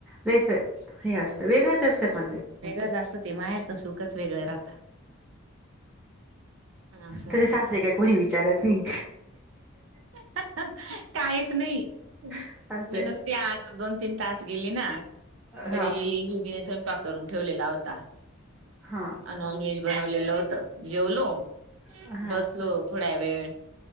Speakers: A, in the centre; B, on the right.
A: लईच. हे असतं वेगळंच असतं पण ते.
B: वेगळंच असतं ते मायारचं सुखच वेगळं राहतं. असं राहत
A: तिथे सासर काय कोणी विचारत नाही.
B: <unintelligible> काहीच नाही मी
A: असंय
B: नसते आज. दोन तीन तास गेली ना तरी
A: हा
B: गेली योगीने स्वयंपाक करून ठेवलेला होता.
A: हां.
B: नॉन व्हेज बनवलेलं होत जेवलो
A: हा
B: बसलो. थोड्या वेळ